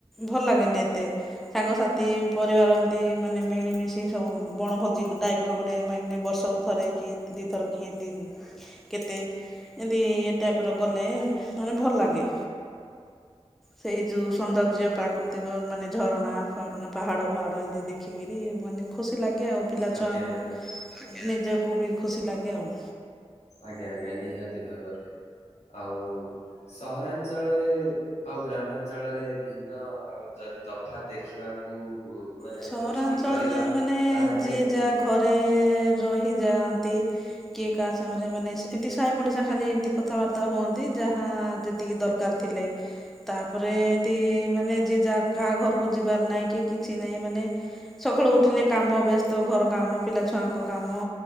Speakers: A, in the centre; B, on the left (about 75°).
A: ଭଲ ଲାଗେନି ଏତେ। ସାଙ୍ଗସାଥି ପରିବାର ଏମତି ମାନେ ମିଳିମିଶି ସବୁ ବଣ ଭୋଜି ଟାଇପ୍ର ଗୋଟେ ମାନେ ବର୍ଷକୁ ଥରେ କି ଦୁଇଥର କି ଏମିତି କେତେ ଏମିତି ଏ ଟାଇପ୍ ର କଲେ ମାନେ ଭଲ ଲାଗେ। ସେଇ ଯୋଉ ସୌନ୍ଦର୍ଯ୍ୟ ପ୍ରାକୃତିକ ମାନେ ଝରଣା, ଫରଣା, ପାହାଡ, ପାହାଡ ଏମିତି ଦେ ରଖିକିରି ମାନେ ଖୁସି ଲାଗେ ଆଉ, ପିଲାଛୁଆଙ୍କୁ
B: ଆଜ୍ଞା ଆଜ୍ଞା
A: ନିଜକୁ ବି ଖୁସି ଲାଗେ ଆଉ।
B: ଆଜ୍ଞା, ଆଜ୍ଞା ନିହାତି ଭାବରେ ଆଉ ସହରାଞ୍ଚ ଞ୍ଚଳରେ ଆଉ ଗ୍ରାମାଞ୍ଚଳରେ ଭିନ୍ନ ଯଦି ତ ଦେଖିବାକୁ ମାନେ
A: ସହରାଞ୍ଚଳରେ
B: ଦୃଷ୍ଟି କରିବା
A: ମାନେ
B: ତାହେଲେ
A: ଯିଏ ଯାହା ଘରେ ରହିଯାଆନ୍ତି। କିଏ କାହା ସାଙ୍ଗରେ ମାନେ ଏମିତି ସାହି ପଡିଶ ଖାଲି ଏମତି କଥାବାର୍ତ୍ତା ହୁଅନ୍ତି ଯାହା ଏତିକି ଦରକାର ଥିଲେ ତାପରେ ଏମତି ମାନେ ଯିଏ କାହା ଘରକୁ ଯିବାର ନାହିଁ କି କିଛି ନାହିଁ ମାନେ ସକାଳୁ ଉଠିଲେ କାମ ବ୍ୟସ୍ତ ଘର କାମ ପିଲାଛୁଆଙ୍କ କାମ